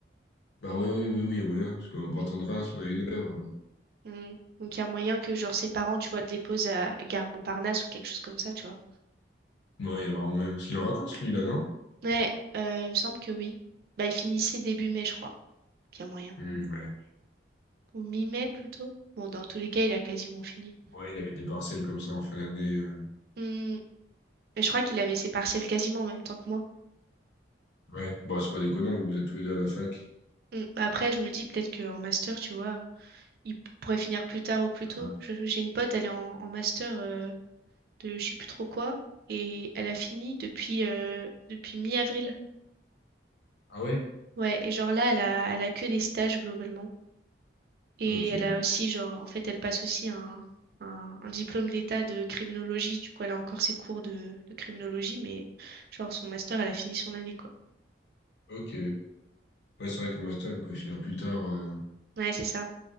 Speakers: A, on the left; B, on the right.
A: Bah ouais, oui, oui, oui, il y a moyen. Parce qu'on va pas
B: on
A: attendre si on a une heure. euh.
B: Mm. Donc, il y a moyen que, genre, ses parents, tu vois, de les pose à à Gare Montparnasse ou quelque chose comme ça, tu vois.
A: Ouais, il y a vraiment moyen. Parce qu'il est en vacances, lui, là, non?
B: Mais euh, il me semble que oui. Bah, il finissait début mai, je crois, qu'il y a moyen.
A: Hmm, ouais.
B: Ou mi-mai, plutôt. Bon, dans tous les cas, il a quasiment fini.
A: Ouais, il avait des partiels comme ça en fin d'année. euh.
B: Mm. Mais je crois qu'il avait ses partiels quasiment en même temps que moi.
A: Ouais, bon, c'est pas déconnant, vous êtes tous les deux à la fac.
B: Mm. Bah, après, je me dis peut-être qu'en master, tu vois, il p- pourrait finir plus tard ou plus tôt.
A: Ah,
B: Je- J'ai une pote, elle est en, en master euh, de je sais plus trop quoi. Et elle a fini depuis, euh, depuis mi-avril.
A: Ah ouais?
B: Ouais, et genre là, elle a, elle a que des stages globalement. Et
A: Ok,
B: elle a aussi, genre, en fait, elle passe aussi un, un, un diplôme d'état de criminologie. Du coup, elle a encore ses cours de, de criminologie, mais genre, son master, elle a fini son année, quoi.
A: ok. Ouais, c'est vrai qu'en master, il pouvait finir plus tard, euh,
B: Ouais, c'est ça.